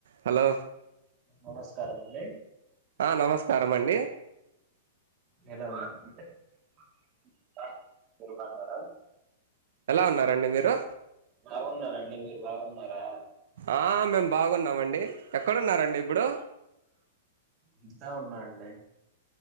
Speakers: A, on the right (about 75°); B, on the right (about 25°).
A: Hello
B: నమస్కారం అండి
A: ఆ నమస్కారం అండి
B: ఎలా ఉన్నారు <inaudible> మీరు కొన్నారా
A: ఎలా ఉన్నారండి మీరు
B: బాగున్నానండి మీరు బాగున్నారా
A: ఆ మేము బాగున్నామండి ఎక్కడున్నారండి ఇప్పుడు
B: ఇంటితాన ఉన్నాఅండి